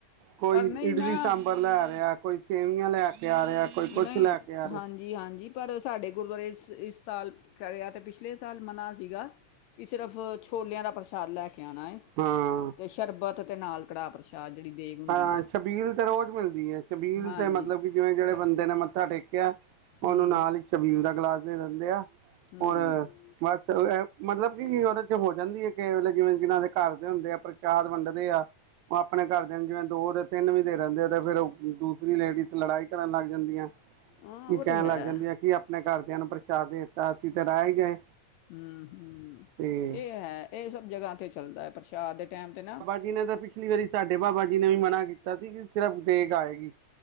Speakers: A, on the right (about 75°); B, on the left (about 80°).
A: ਕੋਈ
B: ਪਰ ਨਹੀਂ
A: ਇਡਲੀ
B: ਨਾ
A: ਸਾਂਬਰ ਲੈ ਰਿਹਾ ਕੋਈ ਸੇਵੀਆਂ ਲਿਆ ਕੇ ਆ ਰਿਹਾ ਕੋਈ
B: ਨਹੀ
A: ਕੁਛ ਲੈ ਕੇ ਆ ਰਿਹਾ
B: ਹਾਂਜੀ। ਜੀ ਹਾਂਜੀ, ਪਰ ਸਾਡੇ ਗੁਰਦੁਆਰੇ ਇਸ ਸਾਲ ਕਰਿਆ ਅਤੇ ਪਿਛਲੇ ਸਾਲ ਮਨਾ ਸੀਗਾ। ਕਿ ਸਿਰਫ ਛੋਲਿਆਂ ਦਾ ਪ੍ਰਸ਼ਾਦ ਲੈ ਕੇ ਆਉਣਾ ਹੈ।
A: ਹਾ।
B: ਤੇ ਸਰਬਤ ਅਤੇ ਨਾਲ ਕੜਾਹ ਪ੍ਰਸਾਦ। ਆਹ ਜਿਹੜੀ ਦੇਗ। ਹੁੰਦੀ
A: ਹਾਂ
B: ਹੈ
A: ਸ਼ਬੀਲ ਤੇ ਰੋਜ਼ ਮਿਲਦੀ ਹੈ। ਸ਼ਬੀਲ
B: ਹਾਂਜੀ
A: ਤੇ ਮਤਲਬ ਕਿ ਜਿਵੇਂ ਜਿਹੜੇ
B: ਪੈ-
A: ਬੰਦੇ ਨੇ ਮੱਥਾ ਟੇਕਿਆ ਉਹਨੂੰ
B: ਹੂੰ
A: ਨਾਲ ਹੀ ਸ਼ਬੀਲ ਦਾ ਗਿਲਾਸ ਦੇ ਦਿੰਦੇ ਆ।
B: ਹੂੰ
A: ਹੋਰ। ਬਸ ਮਤਲਬ ਕਿ ਉਹਦੇ ਚ ਹੋ ਜਾਂਦੀ ਹੈ ਕਿ ਜਿਵੇਂ ਜਿਹਨਾਂ ਦੇ ਘਰ ਦੇ ਹੁੰਦੇ ਆ ਪ੍ਰਸ਼ਾਦ ਵੰਡਦੇ ਆ। ਉਹ ਆਪਣੇ ਘਰਦਿਆਂ ਨੂੰ ਜਿਵੇਂ ਦੋ ਤੇ ਤਿੰਨ ਵੀ ਦੇ ਰਹਿੰਦੇ ਆ ਤੇ ਫੇਰ ਦੂਸਰੀ ਲੇਡੀ ਚ ਲੜਾਈ ਕਰਨ ਲੱਗ ਜਾਂਦੀਆਂ
B: ਹਾਂ
A: ਕੀ
B: ਉਹ
A: ਕਹਿਣ
B: ਤੇ ਹੈ
A: ਲੱਗ ਜਾਂਦੀਆਂ ਕੀ ਆਪਣੇ ਘਰਦਿਆਂ ਨੂੰ ਪ੍ਰਸ਼ਾਦ ਦੇ ਦਿੱਤਾ। ਅਸੀ ਤੇ ਰਹਿ ਹੀ ਗਏ।
B: ਹੂ- ਹੂ
A: ਤੇ
B: ਇਹ ਹੈ, ਇਹ ਸਭ ਜਗ੍ਹਾ 'ਤੇ ਚੱਲਦਾ ਪ੍ਰਸ਼ਾਦ ਦੇ ਟਾਈਮ 'ਤੇ ਨਾ
A: ਜੇ ਇਹਨਾਂ ਦਾ ਪਿੱਛੇ ਪਿਛਲੀ ਵਾਰੀ ਸਾਡੇ ਬਾਬਾ ਜੀ ਨੇ ਵੀ ਮਨਾ ਕੀਤਾ ਸੀ, ਕਿ ਸਿਰਫ ਦੇਗ ਆਏਗੀ